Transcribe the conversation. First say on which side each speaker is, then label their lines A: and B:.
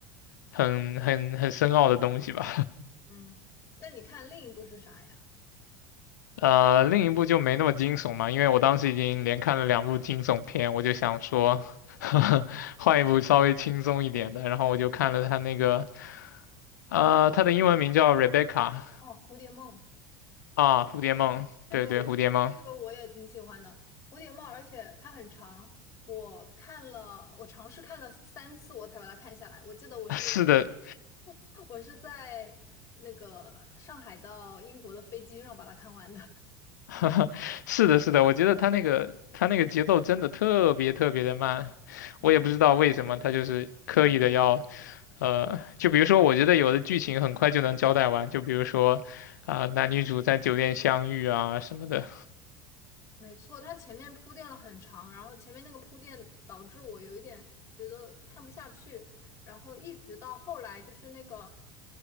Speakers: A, on the left; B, on the left.
A: 很很很深奥的东西吧。
B: 嗯，那你看另一部是啥呀？
A: 呃，另一部就没那么惊悚嘛，因为我当时已经连看了两部惊悚片，我就想说，<laughs> 换一部稍微轻松一点的。
B: 嗯，
A: 然后我就看了他那个，呃，他的英文名叫 Rebecca
B: 哦，蝴蝶梦。
A: 啊，蝴蝶梦，
B: 这个
A: 对对，蝴蝶梦，
B: 这个我也挺喜欢的，蝴蝶帽，而且它很长，我看了，我尝试看了三次，我才把它看下来。我记得我是
A: <laughs> 是的，
B: <laughs> 我是在那个上海到英国的飞机上把它看完的。
A: <laughs> 是的，是的，我觉得他那个他那个节奏真的特别特别的慢，
B: <laughs> 嗯。
A: 我也不知道为什么他就是刻意的要，呃，就比如说，我觉得有的剧情很快就能交代完，就比如说，啊、男女主在酒店相遇啊什么的。
B: 没错，他前面铺垫了很长，然后前面那个铺垫导致我有一点觉得看不下去，然后一直到后来就是那个